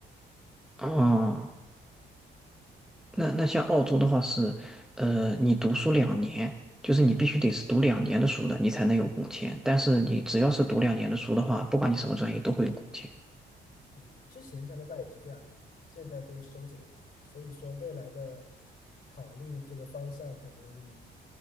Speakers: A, in the centre; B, on the left (about 45°).
A: 哦。那那像澳洲的话是，呃，你读书两年，就是你必须得是读两年的书的，你才能有工签。但是你只要是读两年的书的话，不管你什么专业都会有工签。
B: 嗯，之前加拿大也是这样的，现在都收紧了，所以说未来的考虑这个方向肯定